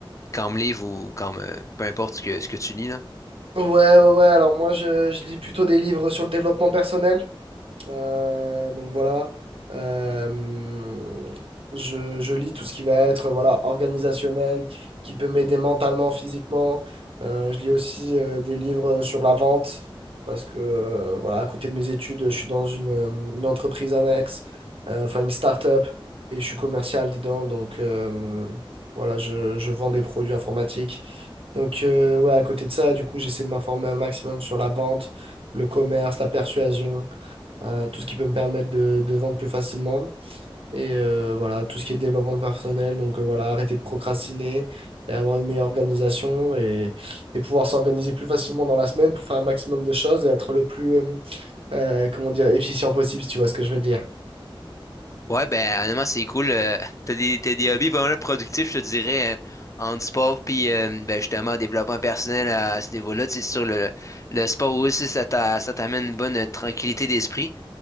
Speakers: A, on the left; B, on the right.
A: comme livre ou comme euh, peu importe ce que, ce que tu lis là?
B: Ouais, ouais, ouais. Alors moi, je, je lis plutôt des livres sur le développement personnel. Euh, donc voilà, Euh, je, je lis tout ce qui va être voilà, organisationnel, qui peut m'aider mentalement, physiquement. Euh, je lis aussi euh, des livres sur la vente, parce que euh, voilà, à côté de mes études, je suis dans une, euh, une entreprise annexe, euh, enfin une start-up, et je suis commercial dedans. Donc euh, voilà, je, je vends des produits informatiques. Donc euh, ouais, à côté de ça, du coup, j'essaie de m'informer un maximum sur la vente, le commerce, la persuasion euh, tout ce qui peut me permettre de, de vendre plus facilement. Et euh, voilà, tout ce qui est développement personnel. Donc euh, voilà, arrêter de procrastiner et avoir une meilleure organisation et, et pouvoir s'organiser plus facilement dans la semaine pour faire un maximum de choses et être le plus, euh, euh, comment dire, efficient possible, si tu vois ce que je veux dire.
A: Ouais, ben honnêtement, c'est cool. euh, t'as des, t'as des hobbies pas mal productifs, je te dirais, euh, en sport, puis euh, ben, justement, en développement personnel à ce niveau-là. Tu sais, sur le, le sport aussi, ça t'a- ça t'amène une bonne euh, tranquillité d'esprit.